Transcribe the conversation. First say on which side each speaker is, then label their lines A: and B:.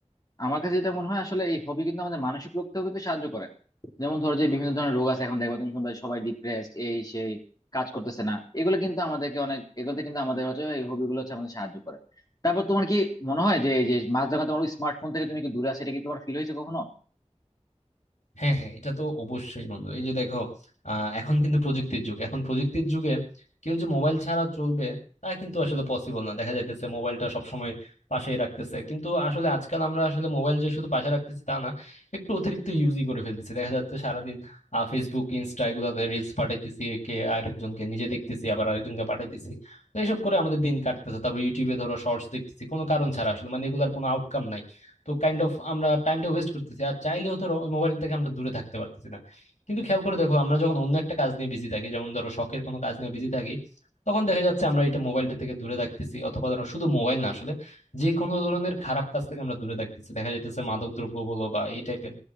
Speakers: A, on the left (about 30°); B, on the left (about 80°).
A: আমার কাছে যেটা মনে হয় আসলে এই হবি কিন্তু আমাদের মানসিক রোগতেও কিন্তু সাহায্য করে যেমন ধরো যে বিভিন্ন ধরনের রোগ আছে এখন দেখো তুমি শুনবে সবাই ডিপ্রেসড এই সেই কাজ করতেছে না এগুলো কিন্তু আমাদেরকে অনেক এগুলোতে কিন্তু আমাদের হচ্ছে এই হবি গুলো হচ্ছে আমাদের সাহায্য করে তারপর তোমার কি মনে হয় যে এই যে মাছ দেখা তোমার স্মার্টফোন থেকে তুমি কি দূরে আছে এটা কি তোমার ফিল হয়েছে কখনো
B: হ্যাঁ হ্যাঁ এটা তো অবশ্যই বন্ধু এই যে দেখো আহ, এখন কিন্তু প্রযুক্তির যুগ এখন প্রযুক্তির যুগে কেউ যে মোবাইল ছাড়া চলবে তা কিন্তু আসলে পসিবল না দেখা যাইতেছে মোবাইলটা সবসময় পাশেই রাখতেছে কিন্তু আসলে আজকাল আমরা আসলে মোবাইল যে শুধু পাশে রাখতেছি তা না একটু অতিরিক্ত ইউজই করে ফেলতেছি দেখা যাচ্ছে সারাদিন ফেসবুক ইনস্টা এগুলোতে রিলস পাঠাইতেছি একে আরেকজনকে নিজে দেখতেছি আবার আরেকজনকে পাঠাইতেছি তো এইসব করে আমাদের দিন কাটতেছে তারপর ইউটিউবে ধরো শর্টস দেখতেছি কোনো কারণ ছাড়া আসলে মানে এগুলার কোনো আউটকাম নাই তো কাইন্ড অফ আমরা টাইমটা ওয়েস্ট করতেছি আর চাইলেও ধরো ওই মোবাইল থেকে আমরা দূরে থাকতে পারতেছি না কিন্তু খেয়াল করে দেখো আমরা যখন অন্য একটা কাজ নিয়ে বিজি থাকি যেমন ধরো শখের কোনো কাজ নিয়ে বিজি থাকি তখন দেখা যাচ্ছে আমরা এটা মোবাইলটা থেকে দূরে থাকতেছি অথবা ধরো শুধু মোবাইল না আসলে যে কোনো ধরনের খারাপ কাজ থেকে আমরা দূরে থাকতেছি দেখা যাইতেছে মাদক দ্রব্য বলো বা এই টাইপের